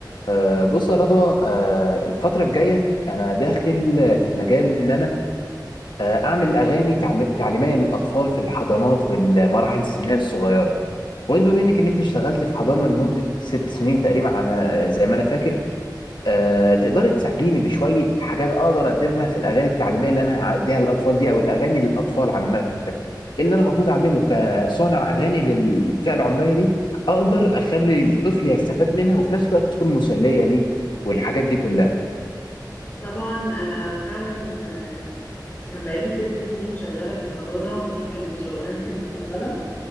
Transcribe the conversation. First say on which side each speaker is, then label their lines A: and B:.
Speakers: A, on the left; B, on the left.
A: أه بص يا رضوى أه الفترة الجاية أنا داخل في مجال إن أنا أه أعمل أغاني تعم- تعليمية للأطفال في الحضانات والمراحل السنية الصغيرة وأنت بما إنك إن أنت اشتغلت في حضانة لمدة ست سنين تقريبا على آه، زي ما أنا فاكر آه، تقدري تساعديني بشوية حاجات أقدر أقدمها في الأغاني التعليمية اللي أنا هأديها للأطفال دي أو الأغاني للأطفال عامة إيه اللي أنا المفروض أعمله كصانع أغاني للفئة العمرية دي أقدر أخلي الطفل يستفاد منها وفي نفس الوقت تكون مسلية ليه والحاجات دي كلها
B: طبعا انا فعلا آه، كان بقالي ست سنين شغاله في الحضانه ودي كانت شغلانتي المفضله